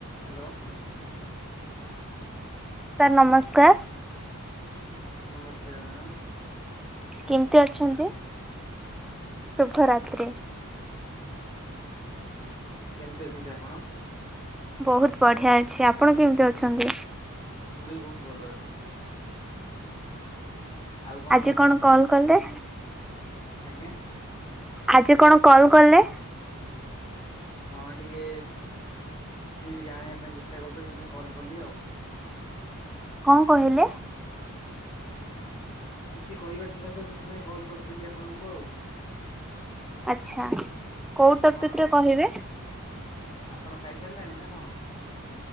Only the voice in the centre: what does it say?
Sir ନମସ୍କାର।
କେମିତି ଅଛନ୍ତି? ଶୁଭରାତ୍ରି।
ବହୁତ ବଢିଆ ଅଛି, ଆପଣ କେମିତି ଅଛନ୍ତି?
ଆଜି
କଣ କଲ୍ କଲେ?
ଆଜି କଣ କଲ୍ କଲେ।
କଣ କହିଲେ?
ଆଚ୍ଛା। କୋଉ ଟପିକ୍
ରେ କହିବେ?